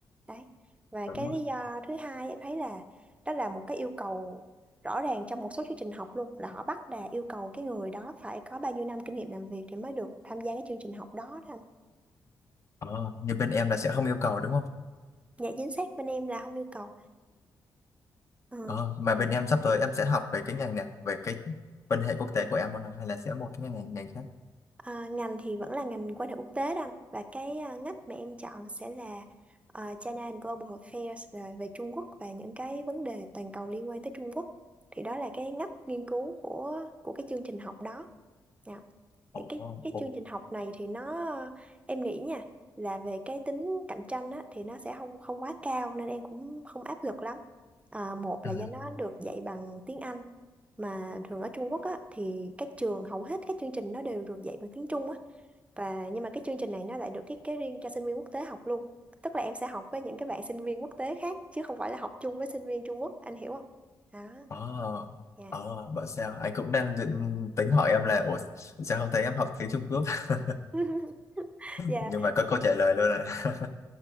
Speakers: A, on the right (about 15°); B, on the left (about 40°).
A: Đấy. Và
B: Đúng
A: cái
B: rồi.
A: lý do thứ hai em thấy là đó là một cái yêu cầu rõ ràng trong một số chương trình học luôn là họ bắt là yêu cầu cái người đó phải có bao nhiêu năm kinh nghiệm làm việc thì mới được tham gia cái chương trình học đó đó anh
B: Ờ, như bên em là sẽ không yêu cầu đúng không?
A: dạ chính xác bên em là không yêu cầu Ờ,
B: Ờ, mà bên em sắp tới em sẽ học về cái ngành này, về cái quan hệ quốc tế của em luôn à? hay là sẽ một cái ngành ngành khác?
A: à, ngành thì vẫn là ngành quan hệ quốc tế đó anh và cái à, ngách mà em chọn sẽ là à, China and Global Affairs là về Trung Quốc và những cái vấn đề toàn cầu liên quan tới Trung Quốc thì đó là cái ngách nghiên cứu của của cái chương trình học đó Dạ.
B: Ồ,
A: Thì cái cái
B: ồ.
A: chương trình học này thì nó em nghĩ nha là về cái tính cạnh tranh á, thì nó sẽ không không quá cao nên em cũng không áp lực lắm. À, một
B: Ừ.
A: là do nó được dạy bằng tiếng Anh mà thường ở Trung Quốc á, thì các trường hầu hết các chương trình nó đều được dạy bằng tiếng Trung á. Và nhưng mà cái chương trình này nó lại được thiết kế riêng cho sinh viên quốc tế học luôn. Tức là em sẽ học với những cái bạn sinh viên quốc tế khác chứ không phải là học chung với sinh viên Trung Quốc, anh hiểu không? Đó,
B: ờ
A: dạ.
B: ờ bảo sao anh cũng đang định tính hỏi em là ủa sao không thấy em học tiếng Trung Quốc <laughs>
A: <laughs> Dạ
B: nhưng mà có câu trả lời luôn rồi <laughs>